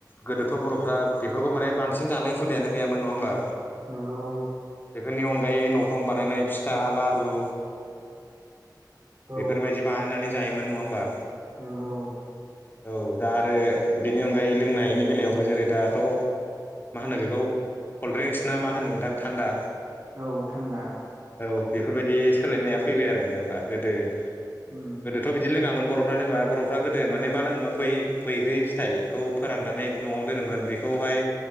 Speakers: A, on the left; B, on the right.
A: गोदोथ' बर'फ्रा बेफोरखौ माने बांसिन जानाय हुदायानो गैयामोन नङा होमबा?
B: नंगौ
A: बेफोरनि अनगायै न'फ्राव बानायनाय फिथा, लारु।
B: औ
A: बेफोरबायदि बानायनानै जायोमोन नङा होमबा?
B: नंगौ
A: औ दा आरो बेनि अनगायै लोंनायनि बेलायावबो जेरै दाथ'। मा होनो बेखौ कलद्रिंस ना मा होनो नोंथां थान्दा?
B: औ थान्दा
A: औ बेफोरबायदि सोलायनाया फैबाय आरो जेनेबा गोदो।
B: उम
A: गोदोथ' बिदि लोङामोन बर'फ्रा जेनेबा बर'फ्रा गोदो माने मा लोङोमोन बै बैग्रि फिथाइखौ फोराननानै। न'आव दोनोमोन बेखौहाय